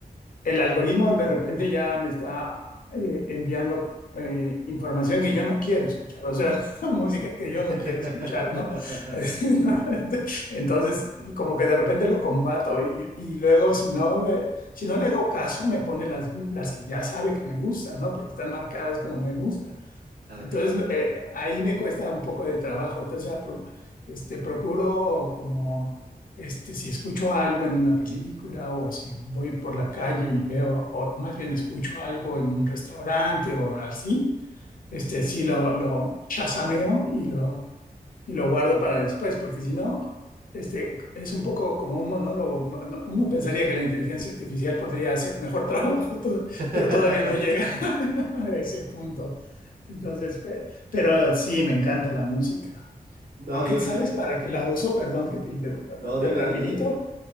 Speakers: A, on the left; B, on the right.
A: el algoritmo de repente ya me está eh, enviando eh, información que yo no quiero escuchar, o sea, <laughs> música que yo
B: <laughs>
A: no quiero escuchar, ¿no? <laughs> Entonces, como que de repente lo combato y, y luego si no le, si no le hago caso, me pone las, las que ya sabe que me gustan, ¿no? Porque están marcadas como me gusta.
B: Ah,
A: Entonces,
B: claro, claro.
A: eh, ahí me cuesta un poco de trabajo. Entonces, apro- este, procuro como, este, si escucho algo en una película o si voy por la calle y veo, o más bien escucho algo en un restaurante o así, este, sí lo, lo chasameo y lo, y lo guardo para después, porque si no, este, es un poco como un monólogo. Uno pensaría que la inteligencia artificial podría hacer mejor <laughs> trabajo, to-
B: <laughs>
A: pero todavía no llega. <laughs> a ese punto. Entonces, pe- pero sí, me encanta la música.
B: No,
A: Aunque
B: yo,
A: sabes
B: yo,
A: para qué la uso, perdón que te interrumpa ra-
B: no,
A: de
B: dime,
A: rapidito,
B: dime, dime.